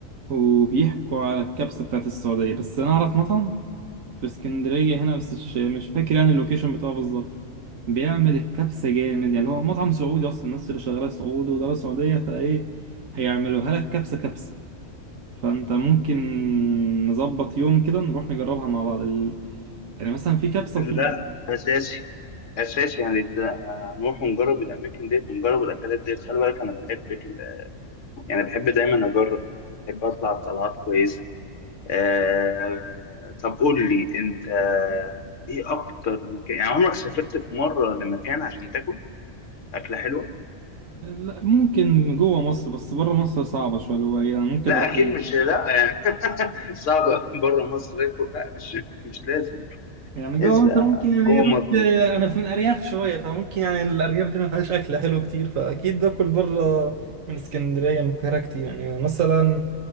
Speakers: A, on the right; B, on the left.
A: وبيحكوا على الكبسة بتاعت السعودية بس أنا أعرف مطعم في اسكندرية هنا بس مش مش فاكر يعني اللوكيشن بتاعه بالظبط بيعمل الكبسة جامد يعني هو مطعم سعودي أصلا الناس اللي شغالة سعود ودولة سعودية فإيه هيعملوها لك كبسة كبسة فأنت ممكن نظبط يوم كده نروح نجربها مع بعض ال... يعني مثلا في كبسة
B: لا
A: وفي
B: اساسي اساسي يعني ت- هنروح ونجرب الاماكن ديت ونجرب الاكلات ديت خلي بالك انا بحب ال- يعني بحب دايما اجرب بحب اطلع بطلعات كويسه آه... طب قول لي انت ايه اكتر مكان يعني عمرك سافرت في مره لمكان عشان تاكل اكله حلوه
A: لا ممكن جوه مصر بس بره مصر صعبة شوية اللي هو يعني ممكن
B: لا
A: أروح
B: اكيد مش لا يعني <laughs> صعب بره مصر اكل لا مش مش لازم
A: يعني جوه
B: يس
A: مصر
B: آه،
A: ممكن يعني
B: جوه
A: رحت
B: مصر
A: انا في من ارياف شويه فممكن يعني الارياف دي ما فيهاش اكل حلو كتير فاكيد باكل بره
B: مم.
A: من اسكندريه من القاهره كتير يعني مثلا